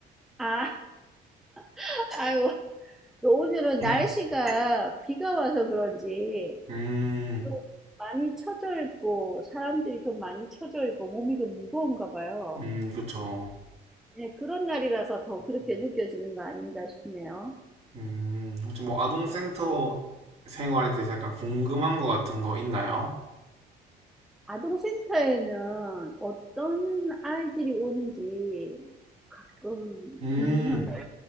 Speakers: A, in the centre; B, on the right.
A: 아 <laughs> 아유 또 오늘은
B: <clears throat>
A: 날씨가 비가 와서 그런지
B: 음,
A: 좀 많이 처져 있고 사람들이 좀 많이 처져 있고 몸이 좀 무거운가 봐요.
B: 음, 그쵸.
A: 네, 그런 날이라서 더 그렇게 느껴지는 거 아닌가 싶네요.
B: 음, 혹시 뭐 아동센터 생활에 대해서 약간 궁금한 거 같은 거 있나요?
A: 아동센터에는 어떤 아이들이 오는지 조금
B: 음,
A: 궁금합니다.